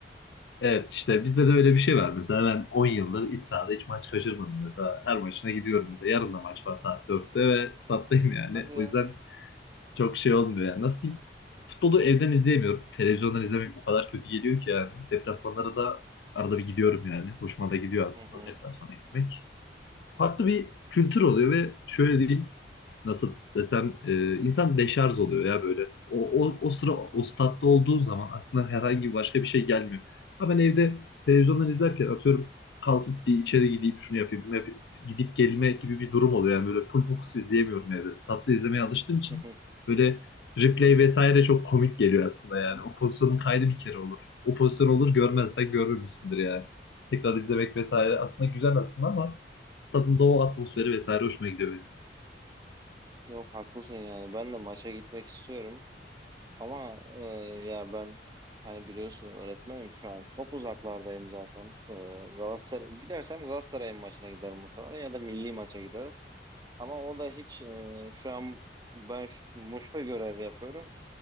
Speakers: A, on the left; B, on the right.
A: evet işte bizde de öyle bir şey var. Mesela ben 10 yıldır iç sahada hiç maç kaçırmadım. Mesela her maçına gidiyorum. Mesela yarın da maç var saat 4'te ve stattayım yani.
B: Hadi ya.
A: O yüzden çok şey olmuyor yani. Nasıl diyeyim? Futbolu evden izleyemiyorum. Televizyondan izlemek o kadar kötü geliyor ki yani. Deplasmanlara da arada bir gidiyorum yani. Hoşuma da gidiyor aslında
B: Hı hı.
A: deplasmana gitmek. farklı bir kültür oluyor ve şöyle diyeyim nasıl desem e, insan deşarj oluyor ya böyle. O, o, o sıra o statta olduğu zaman aklına herhangi başka bir şey gelmiyor. Ama ben evde televizyondan izlerken atıyorum kalkıp bir içeri gideyim şunu yapayım bunu yapayım gidip gelme gibi bir durum oluyor. Yani böyle full fokus izleyemiyorum evde. Statta izlemeye alıştığım için
B: <laughs>
A: böyle replay vesaire çok komik geliyor aslında yani. O pozisyonun kaydı bir kere olur. O pozisyon olur görmezsen görmemişsindir yani. Tekrar izlemek vesaire aslında güzel aslında ama Stadın da o atmosferi vesaire hoşuma gidiyor benim.
B: Yok haklısın yani. Ben de maça gitmek istiyorum. Ama e, ya ben hani biliyorsun öğretmenim şu an çok uzaklardayım zaten. E, Galatasaray gidersem Galatasaray'ın maçına giderim muhtemelen ya da milli maça giderim. Ama o da hiç e, şu an ben şu- Muş'ta görev yapıyorum.